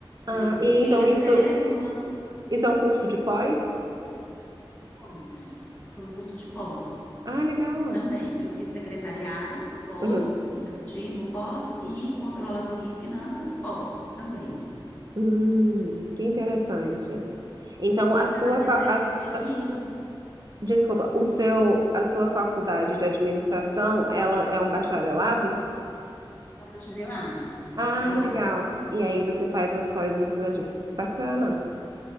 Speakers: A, on the right (about 45°); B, on the left (about 20°).
A: Ah,
B: né? E fiquei
A: e então
B: até
A: isso,
B: tomando
A: isso é um curso de pós?
B: pós. Foi um curso de pós
A: Ah, legal.
B: também, que eu fiz secretariado, pós,
A: Uhum.
B: executivo, pós, e controladoria e finanças, pós também.
A: Hum, que interessante. Então, a sua,
B: Aí
A: fa-
B: até
A: a, s- a
B: que
A: s-
B: eu
A: desculpa, o seu, a sua faculdade de administração, ela é um bacharelado?
B: é um bacharelado, um
A: Ah,
B: bacharelado.
A: legal. E aí você faz as pós em cima disso. Bacana.